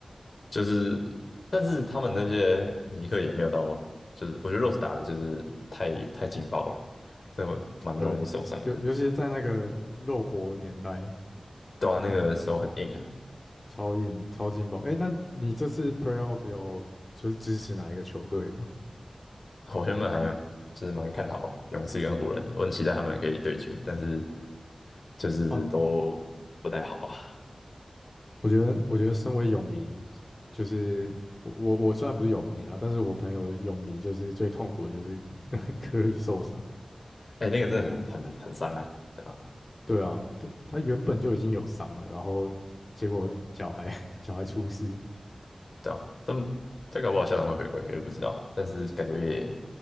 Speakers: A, on the left; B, on the left.
A: 就是，但是他们那些尼克也没有到，就是我觉得 Rose 打的就是太太劲爆了，这蛮容易受伤的。
B: <laughs> 对，尤尤其是在那个肉搏年代，
A: 对啊，那个手很硬啊。
B: 他的超硬超劲爆。哎，那你这次 Playoff 有就是支持哪一个球队吗？
A: 我原本还就是蛮看好勇士跟湖人的，我很期待他们可以对决，但是就是都不太好啊。
B: 啊，我觉得我觉得身为泳迷，就是我我我虽然不是泳迷啊，但是我朋友泳迷就是最痛苦的就是 <laughs> 可以受伤，
A: 哎、那个真的很很很伤啊，
B: 对，
A: 对啊，
B: 对啊，他他原本就已经有伤了，然后结果脚还 <laughs> 脚还出事，
A: 对啊，但再搞不好校长会回归，也不知道，但是感觉也